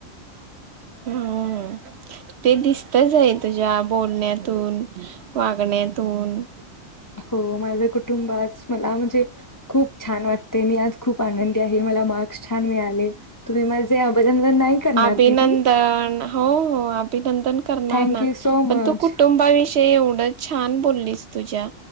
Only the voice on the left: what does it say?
हो माझं कुटुंबचं मला म्हणजे खूप छान वाटते मी आज खूप आनंदी आहे मला मार्क्स छान मिळाले तुम्ही माझे अभिनंदन नाही करणार
दिदी?
थँक
यू सो मच.